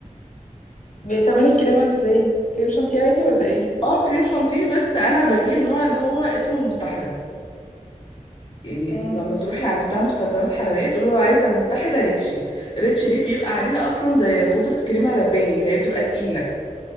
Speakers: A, on the left (about 70°); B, on the left (about 40°).
A: بتعملي الكريمة ازاي كريم شانتيه عادي ولا ايه
B: اه كريم شانتيه بس انا بجيب نوع اللي هو اسمه المتحده يعني
A: امم
B: لما تروحي عند بتاع مستلزمات حلويات قولي له عايزه المتحده ريتشي ريتشي دي بيبقى عليها اصلا زي بودره كريمه لباني فهي بتبقى تقيله